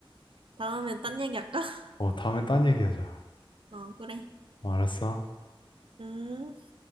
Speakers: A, on the right; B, on the left.
A: 다음에 딴 얘기 할까? <laughs>
B: 어, 다음에 딴 얘기하자.
A: 어, 그래.
B: 어, 알았어.
A: 음.